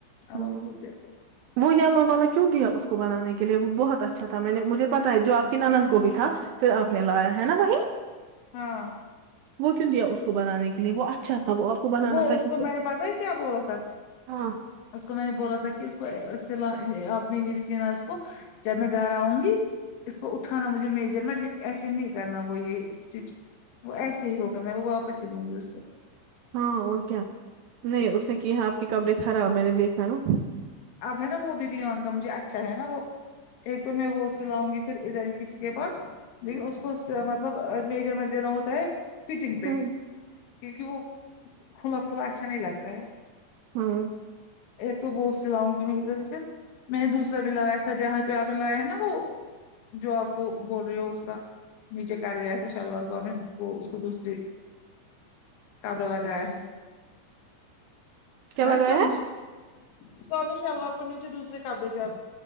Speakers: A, on the left; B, on the right.
A: اب
B: ہوں
A: آپ خود دیکھو
B: وہ یلو والا کیوں دیا اس کو بنانے کے لیے وہ بہت اچھا تھا میں نے مجھے پتا ہے جو آپ کی نانند کو بھی تھا پھر آپ نے لایا ہے ناں وہی
A: ہاں
B: وہ کیوں دیا اس کو بنانے کے لیے وہ اچھا تھا وہ کو بنانا
A: وہ
B: تھا
A: اس
B: کہ
A: کو میں نے پتا ہے کیا بولا تھا
B: ہاں
A: اس کو میں نے بولا تھا کہ اس کو سلا آپ نے نہیں سینا اس کو جب میں گھر آؤں گی اس کو اٹھانا مجھے میجرمنٹ ایسے نہیں کرنا وہ یہ اسٹچ وہ ایسے ہی ہوگا میں وہ واپس ہی لوں گی اس سے
B: ہاں اور کیا نہیں اس نے کیا ہے آپ کے کپڑے خراب میں نے دیکھا ناں
A: اب ہے ناں وہ بھی ریون کا مجھے اچھا ہے ناں وہ ایک تو میں وہ سے لاؤں گی پھر ادھر ہی کسی کے پاس لیکن اس کو مطلب میجرمنٹ دینا ہوتا ہے فٹنگ پہ
B: ہ
A: کیونکہ وہ کھلا کھلا اچھا نہیں لگتا ہے
B: ہاں
A: ایک تو وہ سلاؤں گی پھر میں نے دوسرا بھی لایا تھا جہاں پہ آپ نے لایا ہے ناں وہ جو آپ کو بول رہی ہو اس کا نیچے کاٹ گیا تھا شلوار کو اب میں وہ اس کو دوسری کپڑا لگایا ہے
B: کیا
A: ایا
B: لگایا
A: سمجھ
B: ہے
A: اس کو آپ نے شلوار کو نیچے دوسرے کپڑے سے آپ